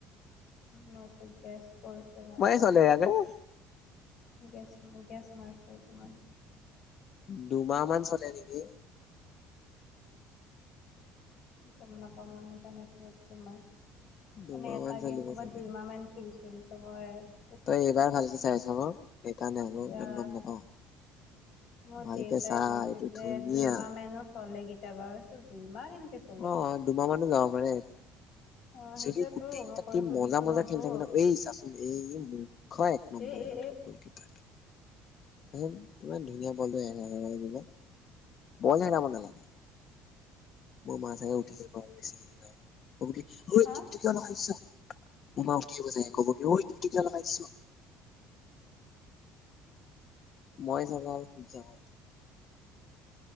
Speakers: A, on the left; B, on the left.
A: মইতো গেছ কৰিছোঁ মই।
B: <unintelligible>
A: গেছ, গেছ মাৰিছোঁ এইটো মই।
B: দুমাহ মান চলে নেকি।
A: গম নাপাওঁ মই সেইকাৰণে টো সুধিছো মই।
B: দুমাহ
A: মানে এটা
B: মান চলিব
A: গেম কৰ'বাত
B: চাগে।
A: দুইমাহ চ চলিছিল তাৰ পৰা
B: তই এইবাৰ ভালকে চাইছ ন সেইকাৰণে হ'লেও
A: এয়া
B: ইমান গম নাপাও
A: মোৰ
B: ভালকে
A: দেউতাই
B: চা
A: কৈছিল
B: এইটো
A: যে
B: ধুনীয়া
A: দুই মাহ মানো চলে কেতিয়াবা, কৈছো দুই মাহ কেনেকে চ
B: অ দুুমাহ মানো যাব পাৰে
A: অ সেইটোয়েতো
B: যদি গোটেইকেইটা
A: মই কৈ
B: টিম
A: সুধিছো
B: মজা মজা
A: মই তোক
B: খেলি থাকে এই চা এই মুৰ্খ এক নম্বৰ
A: এ এ এ
B: গলকিপাৰটো। চাচোন ইমান ধুনীয়া বলটো হেৰাই হেৰাই দিলে' বল হেৰাব নালাগে। মোৰ মা চাগে উঠি আহিব আৰু বেছি দেৰি নাই ক'ব কি ঐ
A: হা
B: ডিউটি কিয় লগাইছ উম্ কি হৈ গৈছে ক'ব কি ঐ কেতিয়া লগাই দিছ। মই চাগে আৰু শুই যাম।